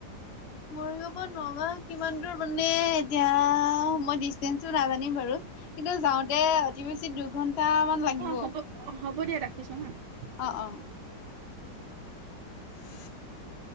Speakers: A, on the left; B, on the right.
A: মৰিগাঁওৰ পৰা নগাঁও কিমান দূৰ মানে, এতিয়া মই ডিচটেঞ্চটো নাজানিম বাৰু কিন্তু যাওঁতে অতি বেছি দুঘন্টামান লাগিব।
B: অ হ'ব হ'ব দিয়া ৰাখিছোঁ হা <unintelligible>
A: অ', অ'। <inaudible>